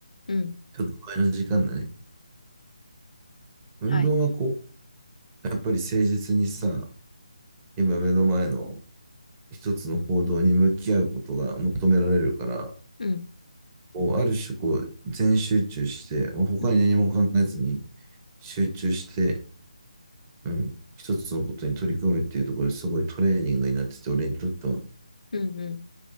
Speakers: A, on the left (about 70°); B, on the right (about 20°).
A: うん、
B: ちょっと前の時間だね。運動はこう、
A: はい。
B: やっぱり誠実にさ、今目の前の一つの行動に向き合うことが求められるから、
A: うん、
B: こうある種こう全集中して、まあ、他に何も考えずに
A: うん、
B: 集中して、うん、一つのことに取り組むっていうところですごいトレーニングになってて、俺にとっては。
A: うん、うん。